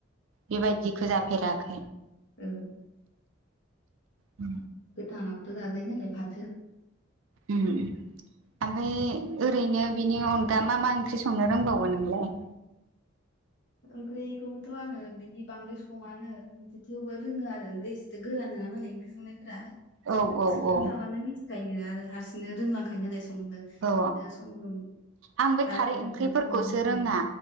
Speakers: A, on the right; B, on the left.
A: बेबायदिखौ जाफेराखै
B: ओ
A: उ
B: गोथाङाबोथ' जाजायो नालाय फाथो
A: उम ओमफ्राय ओरैनो बिनि अनगा मा मा ओंख्रि संनो रोंबावो नोंलाय <inaudible>
B: ओंख्रिखौथ' आङो बिदि बांद्राय सङानो थेवबो रोङो आरो ओंख्रिथ गोरा नङा नालाय ओंख्रि संनायफोरा
A: औ
B: खोनथाबानो
A: औ
B: मिथिखायो आरो हारसिंनो रोंलांखायो नालाय संनो बिदिनो
A: औ
B: सम सम
A: आं बे
B: दालिफोरखौनो
A: खारै ओंख्रिफोरखौसो
B: संनो
A: रोङा
B: उम